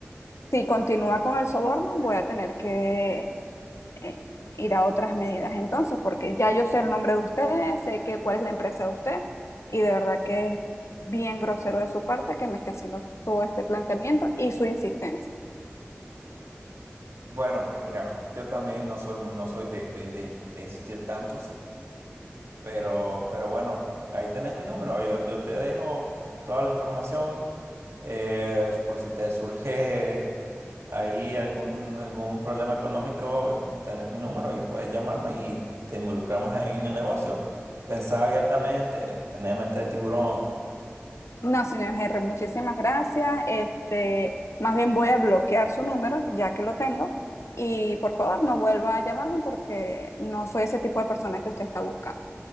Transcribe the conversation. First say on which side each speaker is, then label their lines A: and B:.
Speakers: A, on the left (about 85°); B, on the right (about 75°).
A: si continúa con el soborno, voy a tener que eh, ir a otras medidas entonces, porque ya yo sé el nombre de usted, sé que cuál es la empresa de usted y de verdad que es bien grosero de su parte que me esté haciendo todo este planteamiento y su insistencia.
B: Bueno, pues mira, yo también no soy, no soy de, de- de- de insistir tanto, sí, pero, pero bueno, ahí tenés mi número, yo, yo te dejo toda la información eh, por si te surge ahí algún, algún problema económico, tenés mi número y puedes llamarme y te involucramos ahí en el negocio. Pensá abiertamente, tenés mente de tiburón.
A: No, señor Henry, muchísimas gracias. Este, más bien voy a bloquear su número, ya que lo tengo. Y por favor, no vuelva a llamarme porque no soy ese tipo de persona que usted está buscando.